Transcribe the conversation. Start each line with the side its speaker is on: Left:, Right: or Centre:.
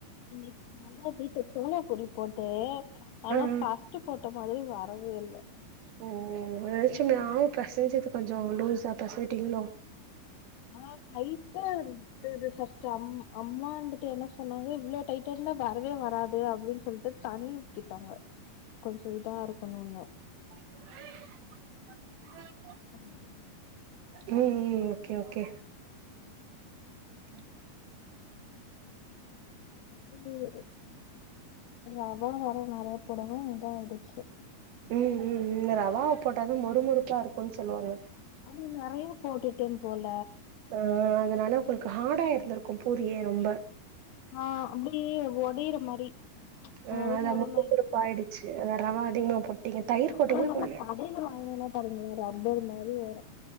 Left: இன்னைக்கி நான்தா வீட்ல சோளாப்பூரி போட்டே ஆனா
Right: ஆ ஆ
Left: ஃபஸ்ட்டு போட்ட மாதிரி வரவே இல்ல
Right: ஓ <unintelligible> பெசஞ்சுது கொஞ்சோ லூஸா பெசஞ்சிட்டீங்களோ
Left: ஆ டைட்டா இருந்துது ஃபர்ஸ்ட் அம் அம்மா இருந்துட்டு என்ன ஸ் சொன்னாங்க இவ்ளோ டைட்டால்லா வரவே வராது இது அப்டின்னு சொல்லிட்டு தண்ணி ஊத்திட்டாங்க கொஞ்ச இதா இருக்கணுன்னு
Right: <inaudible>
Left: ஆமா ஆமா
Right: ம் ம் ஓகே- ஓகே ஆ
Left: <inaudible> ரவ வேற நெறையா போடவு இதாயிடுச்சு
Right: ம் ம் ம் ரவாவ போட்டாதா மொறுமொறுப்பா இருக்கும்னு சொல்வாங்க
Left: ஆனா நெறைய போட்டுட்டே போல்
Right: ஆ அதனால <unintelligible> ஹார்டா இருந்துருக்கும் பூரியே ரொம்ப
Left: ஆ அப்டி ஒடையற மாரி
Right: ஆ
Left: மொறு
Right: அதா
Left: மொறுன்னு
Right: மொறுமொறுப்பா ஆயிடுச்சு ரவ அதிகமா போட்டீங்க தயிர்
Left: ஆ
Right: போட்டீங்களா
Left: ஆனா நம்ம
Right: போட்லயா
Left: கடைல வாங்குனா பாருங்க ரப்பர் மாரி வரு